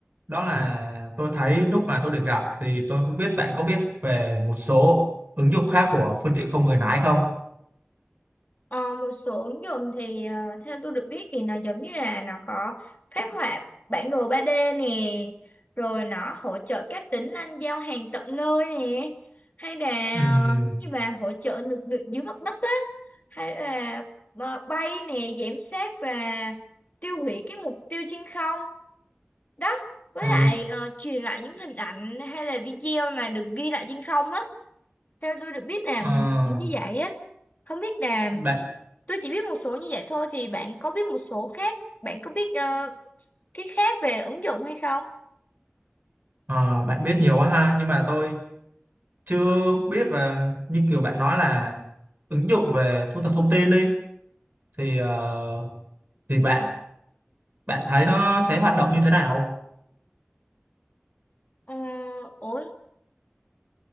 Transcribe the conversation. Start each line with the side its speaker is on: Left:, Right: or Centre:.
Right: đó là tôi thấy lúc mà tôi được gặp thì tôi không biết bạn có biết về một số ứng dụng khác của phương tiện không người lái không
Left: Ờ, một số ứng dụng thì ờ, theo tôi được biết thì nó giống như là nó có phác họa bản đồ 3D nè, rồi nó hỗ trợ các tính năng giao hàng tận nơi nè, hay là
Right: Ừm,
Left: ờ, như mà hỗ trợ lực lượng dưới mặt đất á, hay là ờ, bay nè, giám sát và tiêu hủy cái mục tiêu trên không. Đó, với
Right: ờ,
Left: lại ờ, truyền lại những hình ảnh hay là video mà được ghi lại trên không á. Theo tôi được biết là
Right: ờ,
Left: một số như vậy á. Không biết là
Right: bạn
Left: Tôi chỉ biết một số như vậy thôi thì bạn có biết một số khác, bạn có biết ờ, cái khác về ứng dụng hay không?
Right: ờ, bạn biết nhiều quá ha nhưng mà tôi chưa biết và như kiểu bạn nói là ứng dụng về thu thập thông tin đi thì ờ, thì bạn Bạn thấy nó sẽ hoạt động như thế nào?
Left: Ờ, ủa,